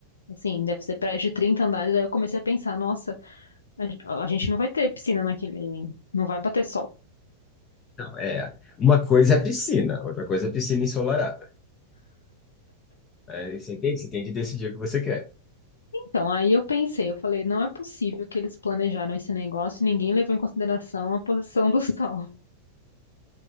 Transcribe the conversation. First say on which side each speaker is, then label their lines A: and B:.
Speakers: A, on the left; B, on the left.
A: Assim, deve ser prédio de trinta andares, aí eu comecei a pensar, nossa, a a gente não vai ter piscina naquele. Não vai bater sol.
B: Não, é. Uma coisa é piscina, outra coisa é piscina ensolarada. Aí você tem, você tem que decidir o que você quer.
A: Então, aí eu pensei, eu falei, não é possível que eles planejaram esse negócio e ninguém levou em consideração a posição do <laughs> sol.